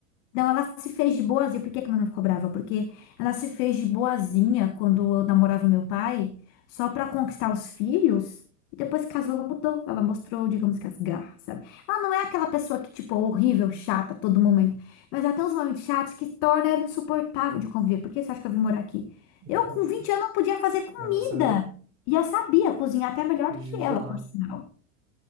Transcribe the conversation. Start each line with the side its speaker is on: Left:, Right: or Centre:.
Left: Não, ela se fez de boazinha. Por que que minha mãe ficou brava? Porque ela se fez de boazinha quando eu namorava meu pai, só pra conquistar os filhos. E depois que casou, ela mudou. Ela mostrou, digamos que as garras, sabe? Ela não é aquela pessoa que, tipo, é horrível, chata a todo momento. Mas ela tem uns momentos chatos que torna ela insuportável de conviver. Por que você acha que eu vim morar aqui?
Right: Uhum.
Left: Eu, com 20 anos, não podia fazer comida.
Right: Aí você
Left: E eu sabia cozinhar até melhor
Right: fugiu
Left: que ela,
Right: de lá.
Left: por sinal.